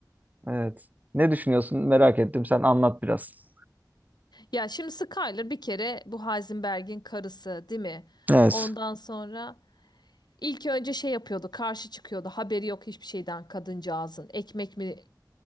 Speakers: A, on the right; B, on the left.
A: Evet. Ne düşünüyorsun? Merak ettim. Sen anlat biraz.
B: Ya şimdi Skyler bir kere bu Heisenberg'in karısı, değil mi?
A: Evet.
B: Ondan sonra ilk önce şey yapıyordu, karşı çıkıyordu. Haberi yok hiçbir şeyden kadıncağızın. Ekmek mi